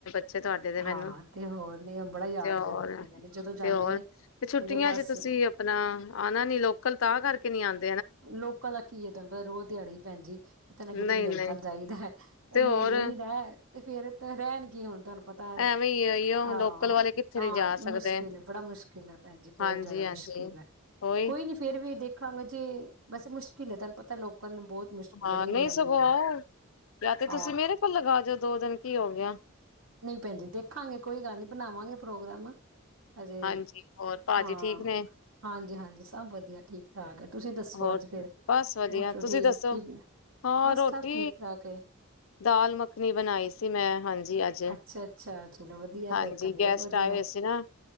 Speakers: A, on the left; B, on the right.
A: ਅੱਛੇ ਤੁਹਾਡੇ ਦੇ ਮੈਨੂੰ
B: ਹਾਂ ਤੇ ਹੋਰ ਨੇ ਉਹ ਬੜਾ ਯਾਦ
A: ਤੇ ਹੋਰ
B: ਕਰਦੇ ਨੇ ਕਹਿੰਦੇ ਜਦੋਂ ਜਾਂਦੇ
A: ਤੇ ਹੋਰ
B: ਨੇ
A: ਤੇ
B: ਕਹਿੰਦੇ
A: ਛੁੱਟੀਆਂ
B: ਬਸ
A: ਚ ਤੁਸੀਂ ਆਪਣਾ ਆਉਣਾ ਨੀ ਲੋਕਲ ਤਾਂ ਕਰਕੇ <inaudible>
B: ਲੋਕਾਂ ਦਾ ਕੀ ਹੈ ਤੁਹਾਨੂੰ ਪਤਾ ਰੋਜ਼ ਦਿਹਾੜੀ ਹੀ ਪੈਣਜੀ ਕਿਤੇ ਨਾ
A: ਨਹੀਂ
B: ਕਿਤੇ ਮਿਲ
A: ਨਹੀਂ
B: ਤਾਂ ਜਾਈਦਾ
A: ਤੇ
B: ਮਿਲ
A: ਹੋਰ
B: ਲਈਦਾ ਅਤੇ ਫਿਰ ਰਹਿਣਗੇ ਹੁਣ ਤੁਹਾਨੂੰ ਪਤਾ
A: ਐਵੇਂ ਹੀ ਉਹ
B: ਹਾਂ
A: ਲੋਕਲ ਵਾਲੇ ਕਿੱਥੇ
B: ਤਾਂ
A: ਨੀ ਜਾ ਸਕਦੇ
B: ਮੁਸ਼ਕਿਲ ਬੜਾ ਮੁਸ਼ਕਿਲ ਹੈ ਭੈਣ ਜੀ ਬਹੁਤ
A: ਹਾਂਜੀ
B: ਜ਼ਿਆਦਾ ਮੁਸ਼ਕਿਲ
A: ਹਾਂਜੀ
B: ਹੈ
A: ਉਹੀ
B: ਕੋਈ ਨੀ ਫੇਰ ਵੀ ਦੇਖਾਂਗੇ ਜੇ ਮੁਸ਼ਕਿਲ ਹੈ ਤੁਹਾਨੂੰ ਪਤਾ ਲੋਕਲ ਨੂੰ ਬਹੁਤ ਮੁਸ਼ਕਿਲ
A: ਹਾਂ
B: ਹੈ ਨੀ
A: ਨਹੀਂ
B: ਰਹਿ ਜਾਂਦਾ
A: ਸਗੋਂ ਆਓ ਜਾਂ ਤੇ ਤੁਸੀਂ
B: ਹਾਂ
A: ਮੇਰੇ ਕੋਲ ਲਗਾ ਜਾਓ ਦੋ ਦਿਨ ਕੀ ਹੋ ਗਿਆ
B: ਨਹੀਂ ਭੈਣ ਜ ਦੇਖਾਂਗੇ ਕੋਈ ਗੱਲ ਨੀ ਬਣਾਵਾਂਗੇ ਪ੍ਰੋਗਰਾਮ ਹਜੇ
A: ਹਾਂਜੀ ਹੋਰ ਭਾਜੀ
B: ਹਾਂ
A: ਠੀਕ ਨੇ
B: ਹਾਂਜੀ ਹਾਂਜੀ ਸਭ ਵਧੀਆ ਠੀਕ ਠਾਕ ਹੈ ਤੁਸੀਂ ਦੱਸੋ
A: ਹੋਰ
B: ਅੱਜ ਫੇਰ
A: ਬਸ ਵਧੀਆ
B: ਰੋਟੀ ਰੋਟੀ
A: ਤੁਸੀਂ ਦੱਸੋ
B: ਕੀ
A: ਹਾਂ
B: ਬਸ
A: ਰੋਟੀ
B: ਸਭ ਠੀਕ ਠਾਕ ਹੈ
A: ਦਾਲ ਮੱਖਣੀ ਬਣਾਈ ਸੀ ਮੈਂ ਹਾਂਜੀ ਅੱਜ
B: ਅੱਛਾ-ਅੱਛਾ ਚਲੋ ਵਧੀਆ
A: ਹਾਂਜੀ
B: ਫੇਰ ਤਾਂ ਬਹੁਤ
A: ਗੈਸਟ
B: ਵਧੀਆ
A: ਆਏਏ ਸੀ ਨਾ